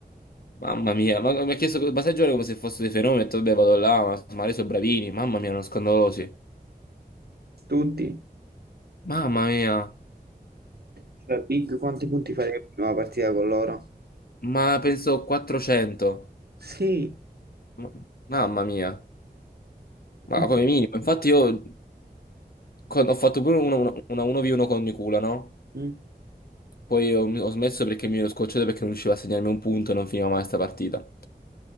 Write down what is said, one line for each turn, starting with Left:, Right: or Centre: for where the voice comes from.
Left: mamma mia, ma, mi ha chiesto, ma sai giocare come se fosse dei fenomeni? Ho detto, vabbè, vado là, ma, ma lei sono bravini, mamma mia, erano scandalosi.
Right: Tutti.
Left: Mamma mia,
Right: Cioè, Big, quanti punti farebbe in una partita con loro?
Left: ma penso 400.
Right: Sì.
Left: Ma- mamma mia, ma
Right: Io-
Left: come minimo. Infatti io quando ho fatto pure una, una, una 1v1 con Nicula, no?
Right: Mm.
Left: Poi ho, ho smesso perché mi ero scocciato perché non riusciva a segnarmi un punto e non finiva mai sta partita.